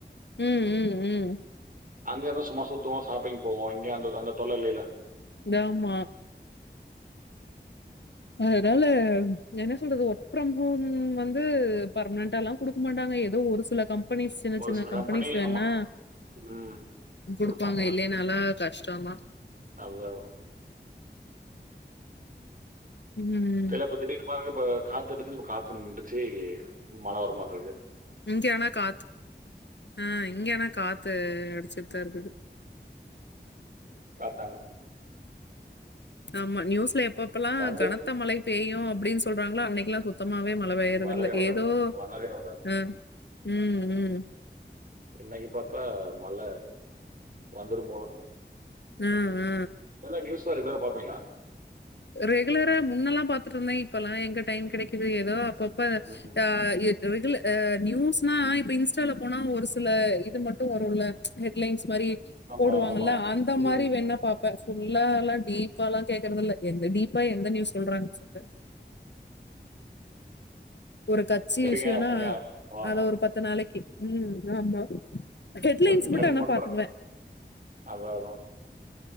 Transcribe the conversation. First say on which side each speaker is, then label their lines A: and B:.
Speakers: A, on the left; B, on the right.
A: உம் உம் உம்
B: அங்க இருந்தா சும்மா சுத்துவோ ஷாப்பிங் போவோ இங்க அந்த அந்த தொல்ல இல்லில்ல
A: ந்தாமா அதனால என்ன சொல்றது ஒர்க் ஃப்ரம் ஹோம் வந்து பர்மனன்டால்லா குடுக்க மாட்டாங்க ஏதோ ஒரு சில கம் பனிஸ் சின்ன
B: ஒரு
A: சின்ன
B: சில
A: கம்பெனிஸ்
B: கம்பெனி
A: வேண்ணா
B: ஆமா ம்
A: குடுப்பாங்க
B: கொடுப்பாங்க
A: இல்லைன்னால்லா கஷ்டந்தா
B: அது
A: ம்.
B: இல்ல இப்ப திடீர்னு பாருங்க ப காத்தெடுத்துது இப்ப காத்து நின்றுச்சு மழ வர மார்ருக்கு
A: இங்க ஆனா காத்து ஆ இங்க ஆனா காத்து அடுச்சுட்தா இருக்குது
B: காத்து அங்
A: ஆமா நியூஸ்ல எப் பப்பல்லா
B: கரண்ட்
A: கனத்த மழை பேயு அப்புடின்னு சொல்றங்களோ அன்னைக்கல்லா சுத்தமாவே மழ பேயறது
B: இன்னைக்கு வரவே
A: இல்ல
B: வராது
A: ஏதோ
B: வரவே வராது
A: அ உம் உம்
B: இன்னைக்கு பாத்தா மழ வந்துரும் போல
A: அ ஆ
B: இதெல்லாம் நியூஸ் ரெகுலரா பாப்பீங்களா
A: ரெகுலரா முன்னெல்லாம் பாத்துட்டு இருந்தேன் இப்பல்லாம் எங்க டைம் கிடைக்குது ஏதோ அப்பப் ப்ப
B: ம்
A: அ இ ரெகுல ஆ நியூஸ்னா இப்ப இன்ஸ்டால போனா ஒரு சில இது மட்டும் வரு இல்ல ஹெட்லைன்ஸ் மாரி
B: ஆமா
A: போடுவாங்கல
B: ஆமா
A: அந்த
B: ம்
A: மாரி வேணா பாப் இப்ப ஃபுல்லா எல்லாம் டீப்பால்லாம் கேக்றதில்ல எந்த டீப்பா எந்த நியூஸ் சொல்றாங்க சொல்லு ஒரு கட்சி
B: எப்படிங்க
A: விஷயனா
B: அப்படிங்க வா
A: அத ஒரு பத்து நாளைக்கு ம் ஆமா ஹெட்லைன்ஸ்
B: ட்ரெண்ட் ட்ரெண்ட்
A: மட்டும் ஆனா
B: பண்றேன்
A: பாத்துக்குவே
B: அதான் அதான்